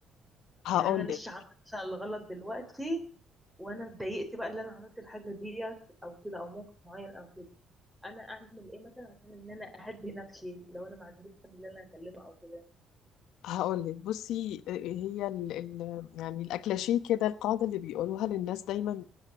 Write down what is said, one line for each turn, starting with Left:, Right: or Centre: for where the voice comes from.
Left: هقول
Centre: يعني انا
Left: لك
Centre: لسه عامله مثلا الغلط دلوقتي وانا اتضايقت بقى اللي انا عملت الحاجه ديت او كده او موقف معين او كده انا اعمل ايه مثلا عشان ان انا اهدي نفسي لو انا ما عنديش حد اللي انا اكلمه او كده
Left: هقول لك بصي آه، آه، هي ال ال يعني الاكلاشيه كده القاعده اللي بيقولوها للناس دايما